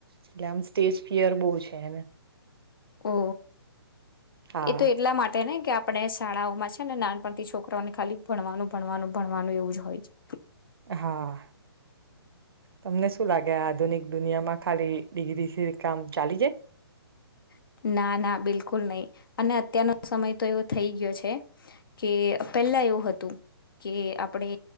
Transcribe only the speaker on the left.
ઓ
એ તો એટલા માટે ને કે આપણે શાળાઓમાં છે ને નાનપણ છોકરાઓને ખાલી ભણવાનું ભણવાનું ભણવાનું એવું જ હોય છે
છે ના ના બિલકુલ નહી અને અત્યારનો સમય તો એવો થઈ ગયો છે કે પેલા એવું હતું કે આપણે